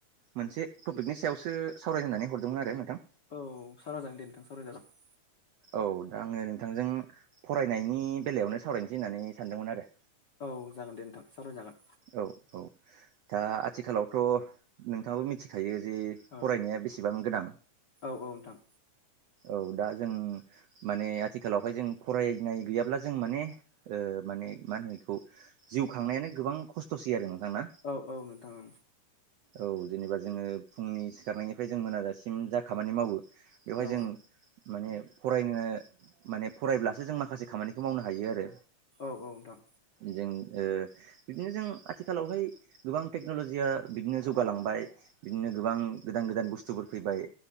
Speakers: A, on the right; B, on the left.
A: मोनसे टपिकनि सायावसो सावरायजेननानै हरदोंमोन आरो नोंथां
B: औ सावराय जागोन दे सावराय जागोन ।
A: औ दा आङो नोंथांजों फरायनायनि बेलायावनो सावरायनोसै होननानै सानदोंमोन आरो
B: औ जागोन दे नोंथां सावराय जागोन।
A: औ औ दा आथिखालावथ' नोंथाङाबो मिथिखायो जे
B: औ
A: फरायनाया बेसेबां गोनां
B: औ औ नोंथां
A: औ दा जों माने आथिखालावहाय जों फरायनाय गैयाब्ला जों माने ओ माने मा होनो बेखौ जिउ खांनायानो गोबां खस्थ'सै आरो नोंथां ना
B: औ औ नोंथां ओं
A: औ जेनेबा जोंङो फुंनि सिखारनायनिफ्राय जों मोनाजासिम जा खामानि मावो बेवहाय
B: औ
A: जों माने फरायनो माने फरायब्लासो जों माखासे खामानिखौ मावनो हायो आरो।
B: औ औ नोंथां
A: जों ओ बिदिनो जों आथि आथिखालावहाय गोबां टेक्न'लजिया बिदिनो जौगालांबाय बिदिनो गोबां गोदान गोदान बुस्थुफोर फैबाय